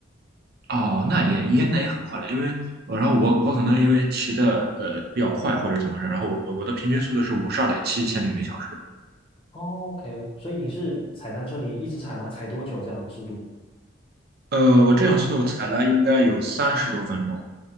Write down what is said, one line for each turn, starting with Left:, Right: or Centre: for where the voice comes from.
Right: 哦，那也也那也很快了，因为呃然后我我可能因为骑的呃比较快或者怎么回事，然后我我我的平均速度是五十二点七千米每小时。
Left: 哦 OK，所以你是踩单车，你一直踩吗？踩多久这样的速度？
Right: 呃，我这样速度我踩了应该有三十多分钟，